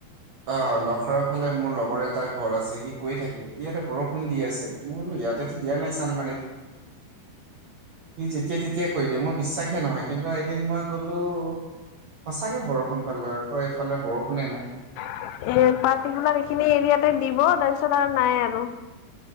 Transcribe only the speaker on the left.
এ পাৰ্টিকুলাৰ এইখিনি এৰিয়াতে দিব তাপিছত আৰু নাই আৰু।